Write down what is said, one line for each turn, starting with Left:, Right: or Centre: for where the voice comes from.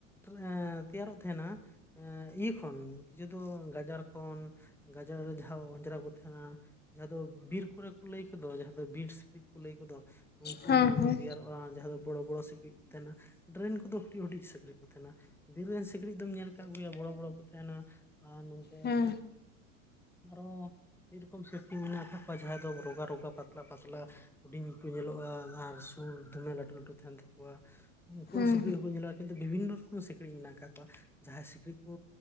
Centre: ᱟᱸ ᱛᱮᱭᱟᱨᱚᱜ ᱛᱟᱦᱮᱸᱱᱟ ᱾ ᱮᱸ ᱤᱭᱟᱹ ᱠᱷᱚᱱ ᱠᱤᱪᱷᱩ ᱫᱚ ᱜᱟᱡᱟᱲ ᱠᱷᱚᱱ, ᱜᱟᱡᱟᱲ ᱨᱮ ᱡᱟᱦᱟᱸ ᱚᱸᱡᱽᱨᱟ ᱠᱚ ᱛᱟᱦᱮᱸᱱᱟ᱾ ᱡᱟᱦᱟᱸ ᱫᱚ ᱵᱤᱨ ᱠᱚᱨᱮ ᱠᱚ ᱞᱟᱹᱭ ᱠᱚᱫᱚ ᱡᱟᱦᱟᱸ ᱫᱚ ᱵᱤᱨ ᱥᱤᱠᱬᱤᱡ ᱠᱚ ᱞᱟᱹᱭ ᱠᱚᱫᱚ ᱾ ᱩᱱᱠᱩ
Left: ᱦᱮᱸ ᱦᱮᱸ
Centre: ᱠᱚ ᱛᱮᱭᱟᱨᱚᱜᱼᱟ ᱡᱟᱦᱟᱸ ᱫᱚ ᱵᱚᱲᱚ ᱵᱚᱲᱚ ᱥᱤᱠᱬᱤᱡ ᱠᱚ ᱛᱟᱦᱮᱸᱱᱟ, ᱰᱨᱮᱱ ᱠᱚᱫᱚ ᱦᱩᱰᱤᱡ ᱦᱩᱰᱤᱡ ᱥᱤᱠᱬᱤᱡ ᱠᱚ ᱛᱟᱦᱮᱱᱟ᱾ ᱵᱤᱨ ᱨᱮᱱ ᱥᱤᱠᱬᱤᱡ ᱫᱚᱢ ᱧᱮᱞ ᱠᱟᱜ ᱠᱚᱜᱮᱭᱟ, ᱵᱚᱲᱚ ᱵᱚᱲᱚ ᱠᱚ ᱛᱟᱦᱮᱸᱱᱟ ᱟᱨ ᱱᱚᱝᱠᱟ
Left: ᱦᱮᱸ
Centre: ᱟᱨᱚ ᱢᱤᱫ ᱨᱚᱠᱚᱢ ᱥᱤᱠᱬᱤᱡ ᱢᱮᱱᱟᱜ ᱠᱟᱫ ᱠᱚᱣᱟ ᱡᱟᱦᱟᱸᱭ ᱫᱚ ᱨᱚᱜᱟ ᱨᱚᱜᱟ ᱯᱟᱛᱞᱟ ᱯᱟᱛᱞᱟ᱾ ᱦᱩᱰᱤᱧ ᱠᱚ ᱧᱮᱞᱚᱜᱼᱟ, ᱟᱨ ᱥᱩᱲ ᱫᱚᱢᱮ ᱞᱟᱹᱴᱩ ᱞᱟᱹᱴᱩ ᱛᱟᱦᱮᱸᱱ ᱛᱟᱠᱚᱣᱟ ᱾ ᱩᱱᱠᱩ
Left: ᱦᱮᱸ
Centre: ᱦᱚᱸ ᱥᱤᱠᱬᱤᱡ
Left: ᱦᱮᱸ
Centre: ᱦᱚᱸᱠᱚ ᱧᱮᱞᱟᱜ-ᱟ ᱠᱤᱱᱛᱩ ᱵᱤᱵᱷᱤᱱᱚ ᱨᱚᱠᱚᱢ ᱥᱤᱠᱲᱤᱡ ᱥᱤᱠᱬᱤᱡ ᱢᱮᱱᱟᱜ ᱟᱠᱟᱫ ᱠᱚᱣᱟ, ᱡᱟᱦᱟᱸᱭ ᱥᱤᱠᱬᱤᱡ ᱠᱚ